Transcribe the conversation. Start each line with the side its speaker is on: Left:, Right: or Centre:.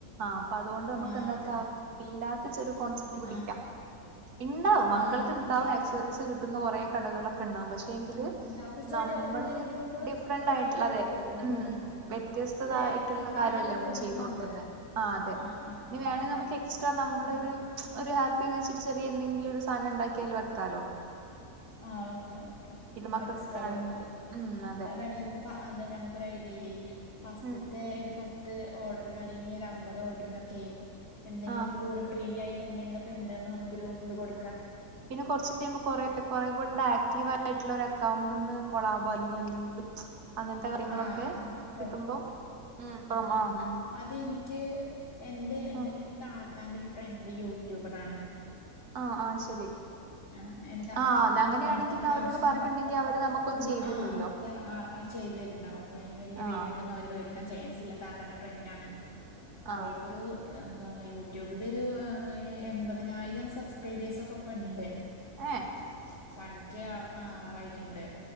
Right: ആപ്പതു കൊണ്ട് നമ്മക്കെന്താക്കാ
Left: ആ അതെ
Right: ഇല്ലാത്ത ച്ചൊരു കോൺസെപ്റ്റ് പിടിക്കാം
Left: ആ
Right: ഇണ്ടാവും മക്കളത്ണ്ടാവും
Left: ആ ഓക്കെ ഓക്കെ
Right: ആക്സസറീസ് കിട്ടുന്ന കൊറേ കടകളൊക്കെണ്ടാവും പക്ഷെങ്കിൽ ത്
Left: എന്താ പക്ഷെ
Right: നമ്മള്
Left: ഓൺലൈൻ ഗ്രൂപ്പുകൾ
Right: ഡിഫ്രണ്ടായിട്ട്ള്ളതെ
Left: കുറവായിട്ട് എനിക്ക് തോന്നുന്നു
Right: ഊം വ്യ ത്യസ്തതായിട്ട്ള്ള
Left: ല്ലേ ഓൺലൈൻ
Right: കാര്യല്ലെ
Left: ആയിട്ട്
Right: നമ്മൾ
Left: തോന്നുന്നുണ്ട്
Right: ചെയ്ത് കൊടുക്കുന്നെ ആ അതെ
Left: ആഹ് ആഹ്
Right: നി
Left: ആഹ്
Right: വേണെ നമ്മക്കെ സ്ട്രാ നമ്മളൊര്
Left: നോക്ക
Right: ഒര് ഹാപ്പിന്നച്ച്ട്ട് ചെറിയെന്തെങ്കിലൊരു സാനണ്ടാക്ക്യയ്ല് വെക്കാലൊ
Left: ആഹ് വെക്കാം വെക്കാ
Right: മക്കക്കൊക്കെ
Left: എക്സ്റ്റാ കൊടുക്കാ
Right: ആണെങ്കില് ഉം അതെ
Left: അവെ ണീ അമ്മക്ക് ഫ അന്ന് ഞമ്മക്കൊരയ്ഡിയെയെ ഫസ്റ്റ്ത്തെ‌
Right: ഉം
Left: ഒര് പ ത്ത് ഓഡ്രിനാലിനി ഒരമ്പതോഡ്രിനൊക്കെയ് എന്തെങ്കിലും
Right: ആഹ്
Left: കൂട ഫ്രീയായി ട്ടെന്തെങ്കിലൊക്കെണ്ട്ന്ന് നമുക്കൊരു ത് കൊട്ക്കാ
Right: പിന്ന കൊർച്ച്‌ യുമ്പോ കൊറെ കൊറെ കൂടാക്റ്റീവായിട്ടുള്ള രെക്കൗണ്ട്ന്ന് കൊളബോ അല്ലെങ്കിൽ എന്തെങ്കിലും അങ്ങനത്തെ കാര്യങ്ങളൊക്കെ
Left: ആഹ് ആഹ് ആഹ്
Right: കിട്ടുമ്പോം ഉം പ്രമോ ആ ഉം
Left: അതെനിക്ക് എന്റെ എന്റെ
Right: ആഹ്
Left: എന്റെ താത്താന്റൊരു ഫ്രണ്ട് യൂടൂബറാണ്
Right: ആ ആഹ് ശരി
Left: ആ <unintelligible>
Right: ആഹ്
Left: ആപ്പോ
Right: അങ്ങനെയാണെങ്കിൽ
Left: ൽക്കത്യാവശ്യം
Right: ന്നാ അവരോട് പറഞ്ഞിട്ടുണ്ടെങ്കി അവര് നമുക്കൊന്ന്
Left: ഒഞ്ഞു
Right: ചെയ്തു
Left: ആ
Right: തരുല്ലോ
Left: ഞ ആ അ ചെയ്തെര്ണൊ അപ്പൊഴയ്ന് വല്ല്യ പെയ്മെന്റൊന്നു
Right: ആഹ്
Left: അവര് വേടി ക്കാൻ ചേൻസില്ല താത്താന്റെ ഫ്രന്റാണ്
Right: ആഹ്
Left: ഓൽക്കൊരൂ യെന്താ യൂടൂബിലൊരു എ എമ്പതിനായിരം സബ്സ്ക്രൈബേഴ്സൊക്കപ്പണ്ട്
Right: ഏഹ്
Left: വൺക്ക്യാ ആവാറായിറ്റ്ണ്ട്